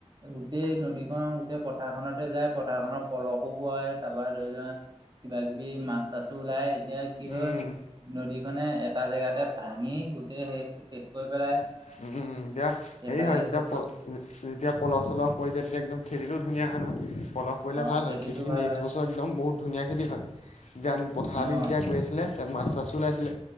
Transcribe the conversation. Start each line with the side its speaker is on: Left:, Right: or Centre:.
Right: গোটেই নদীখন গোটেই পথাৰখনতে যায় পথাৰখনৰ পলসো পৰে তাৰপৰা ধৰিলোৱা কিবা-কিবি মাছ-চাছো ওলাই। এতিয়া কি
Left: উম
Right: হয় নদীখনে এটা জেগাতে ভাঙি গোটেই শেষ, শেষ কৰি পেলাই।
Left: উম, এতিয়া
Right: সেইফালে
Left: হেৰি হয় যেতিয়া
Right: শেষ
Left: পল
Right: কৰি পেলাই
Left: যেতিয়া পলহ-চলহ পৰি যেতিয়া একদম খেতিতো ধুনীয়া হয় নহয়। পলহ পৰিলে
Right: অ
Left: ভাল
Right: খেতিটো
Left: হয় খেতি
Right: ভাল
Left: নেক্স
Right: হয়
Left: বছৰ একদম বহুত ধুনীয়া খেতি হয়, যেতিয়া পথাৰ
Right: অ
Left: দি যেতিয়া গৈ আছিলে তেতিয়া মাছ-চাছও
Right: অ
Left: ওলাইছিলে।